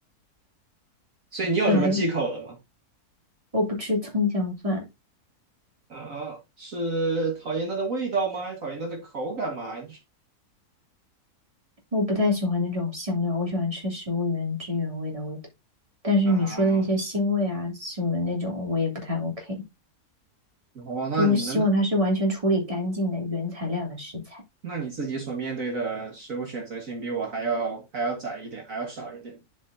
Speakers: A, on the right; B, on the right.
A: 所以你有什么忌口的吗？
B: 本来我不吃葱姜蒜，
A: 啊，是讨厌它的味道吗？还是讨厌它的口感吗？还是
B: 我不太喜欢那种香料，我喜欢吃食物原汁原味的味道。但是你说的那些腥味啊什么那种，
A: 啊，
B: 我也不太 OK。
A: 哦，那你能，
B: 就我希望它是完全处理干净的原材料的食材。
A: 那你自己所面对的食物选择性比我还要还要窄一点，还要少一点。